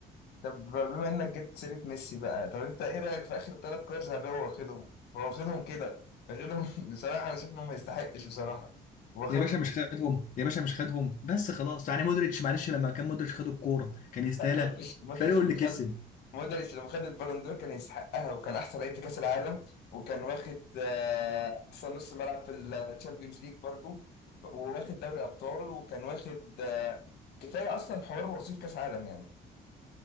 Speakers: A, on the left; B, on the left.
A: طب بما انك جبت سيره ميسي بقى طب انت ايه رايك في اخر ثلاث كور ذهبيه هو واخدهم هو واخدهم كده واخدهم <laughs> بصراحه انا شايف انه ما يستحقش بصراحه هو خد
B: يا باشا مش خدهم يا باشا مش خدهم بس خلاص يعني مودريتش معلش لما كان مودريتش خد الكوره كان يستاهلها
A: لا مودريتش مودريتش
B: فريقه اللي
A: لما
B: كسب
A: خد مودريتش لما خد البالون دور كان يستحقها وكان احسن لعيب في كاس العالم وكان واخد آه، احسن نص ملعب في الشامبيونز ليج برضه وواخد دوري ابطال وكان واخد آه، كفايه اصلا حوار وصيف كاس عالم يعني